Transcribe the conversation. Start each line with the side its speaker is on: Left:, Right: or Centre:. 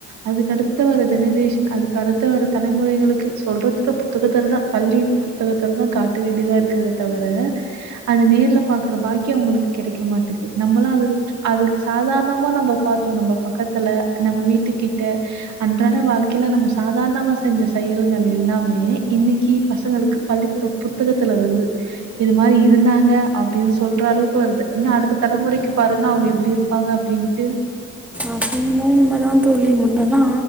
Right: அதுக்கு அடுத்த வர ஜெனரேஷன் அதுக்கு அடுத்த வர தலைமுறைகளுக்கு சொல்றதுக்கு புத்தகத்துலதா பள்ளி புத்தகத்துல தா காட் டு வேண்டிதா இருக்குதே தவர அது நேர்ல பாக்குற பாக்கியோ அவுங்களுக்கு கெடைக்க மாட்டேக்குது நம்பலா அது லுச் அதுக்கு சாதார்ணமா நம்ப பாத்தோ நம்ப பக்கத்துல நம்ம வீட்டு கிட்ட அன்றாட வாழ்க்கையில நம்ப சாதாரணமா செஞ்ச செயல்கள் எல்லாமே இன்னிக்கு பசங்களுக்கு பள்ளிக்கூடோ புத்தகத்துல வருது இது மாரி இருந்தாங்க அப்டின்னு சொல்ற அளவுக்கு வருது இன்னு அடுத்த தலைமுறைக்கு பாருங்க அவுங்க எப்டி இருப்பாங்க அப்டின்ட்டு
Centre: அது இன்னமோ உண்மதா தோழி முன்னெல்லா